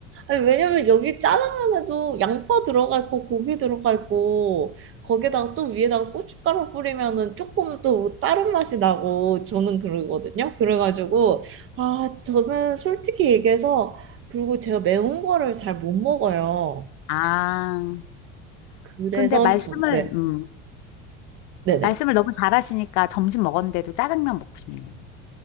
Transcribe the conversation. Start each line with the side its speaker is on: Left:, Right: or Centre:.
Right: 아니, 왜냐면 여기 짜장면에도 양파 들어가 있고 고기 들어가 있고 거기다가 또 위에다가 고춧가루 뿌리면은 조금 또 다른 맛이 나고 저는 그러거든요. 그래가지고 아 저는 솔직히 얘기해서 그리고 제가 매운 거를 잘 못 먹어요.
Left: 아,
Right: 그래서
Left: 근데 말씀을,
Right: 전 네,
Left: 음,
Right: 네네.
Left: 말씀을 너무 잘하시니까 점심 먹었는데도 짜장면 먹고 싶네요.